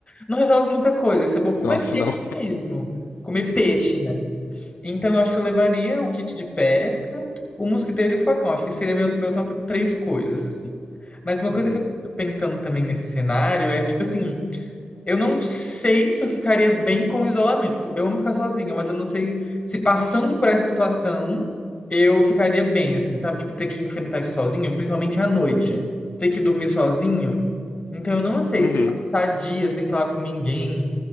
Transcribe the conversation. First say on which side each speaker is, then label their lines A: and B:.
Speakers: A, on the left; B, on the left.
A: não resolve muita coisa, isso é bom comer
B: Nossa,
A: peixe
B: não.
A: mesmo, comer peixe, né? Então, eu acho que eu levaria o kit de pesca, o mosquiteiro e o facão, acho que seria meu, meu top três coisas, assim. Mas uma
B: Uhum.
A: coisa que eu tô pensando também nesse cenário é, tipo assim, eu não sei se eu ficaria bem com o isolamento. Eu amo ficar sozinho, mas eu não sei se passando por essa situação eu ficaria bem, assim, sabe? Tipo, ter que enfrentar isso sozinho, principalmente à noite. Ter que dormir sozinho. Então, eu não sei
B: Uhum.
A: se passar dia sem falar com ninguém,